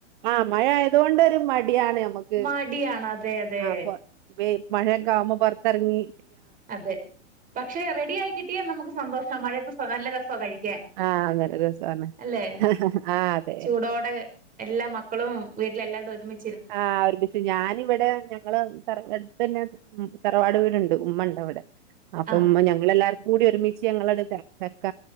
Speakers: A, on the right; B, on the right.
A: ആഹ് മഴ ആയതുകൊണ്ടൊരു മടിയാണ് നമ്മക്ക്
B: മടിയാണ് അതെ അതെ
A: ആ അപ്പൊ മഴേക്കെ ആവുമ്പോ പൊറത്തിറങ്ങി
B: അതെ പക്ഷെ റെഡി ആയി കിട്ടിയാൽ നമുക്ക് സന്തോഷാ മഴയത്ത് നല്ല രസാ കഴിക്കാൻ
A: ആ നല്ല രസമാണ്
B: അല്ലെ
A: ആ അതെ
B: ചൂടോടെ എല്ലാ മക്കളും വീട്ടിലെ എല്ലാരും ഒരുമി
A: ആഹ് ഒരുമിച്ച് ഞാനിവിടെ ഞങ്ങള് തറ എട്ത്തെന്നെ തറവാട് വീടു ണ്ട് ഉമ്മണ്ടൊവ്ടെ അപ്പം
B: ആഹ്
A: ഇമ്മ ഞങ്ങളെല്ലാർക്കും കൂടി ഒരുമിച്ച് ഞങ്ങളാട് ചക്ക